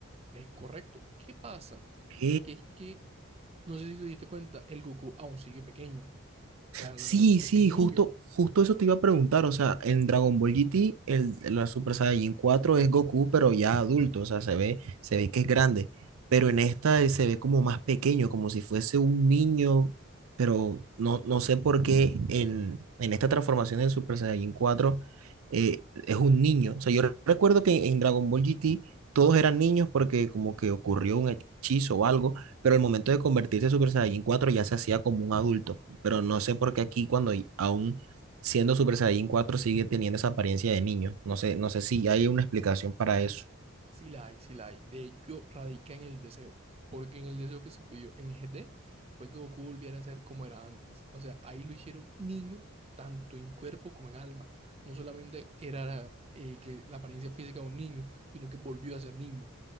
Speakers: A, on the right; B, on the right.
A: Es correcto. ¿Qué pasa?
B: Ok.
A: Que es que, no sé si te diste cuenta, el Goku aún sigue pequeño. O sea, la
B: Sí,
A: transformación
B: sí,
A: es niño.
B: justo, justo eso te iba a preguntar. O sea, en Dragon Ball GT, el, la Super Saiyajin 4 es Goku, pero ya adulto. O sea, se ve, se ve que es grande. Pero en esta él se ve como más pequeño, como si fuese un niño. Pero no, no sé por qué en, en esta transformación del Super Saiyajin 4 eh, es un niño. O sea, yo recuerdo que en Dragon Ball GT todos eran niños porque como que ocurrió un hechizo o algo, pero el momento de convertirse en Super Saiyajin 4 ya se hacía como un adulto pero no sé por qué aquí cuando y- aún siendo Super Saiyajin cuatro sigue teniendo esa apariencia de niño. No sé, no sé si hay una explicación para eso.
A: Sí la hay, sí la hay. De hecho, radica en el deseo. Porque en el deseo que se pidió en G GT fue que Goku volviera a ser como era antes. O sea, ahí lo hicieron niño tanto en cuerpo como en alma. No solamente era eh, que la apariencia física de un niño, sino que volvió a ser niño.